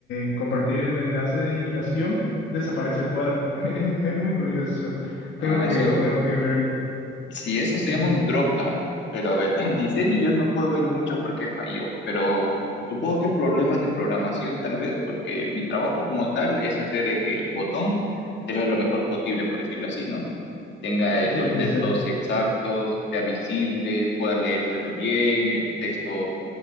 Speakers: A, on the left; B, on the left.
A: eh, compartir el enlace de invitación, desaparece el cuadro. <laughs> Es, es muy curioso. Tengo
B: Ah,
A: que,
B: ese
A: tengo que verlo.
B: Sí, eso
A: <laughs>
B: se llama un drop down. Pero a ver, <laughs> el diseño yo no puedo ver mucho por qué falló, pero supongo que es problemas de programación tal vez, porque mi trabajo como tal es hacer eh, que el botón se vea lo mejor posible, por decirlo así, ¿no? Tenga eh,
A: Cierto,
B: los textos
A: cierto.
B: exactos, sea visible, pueda leérselo bien, el texto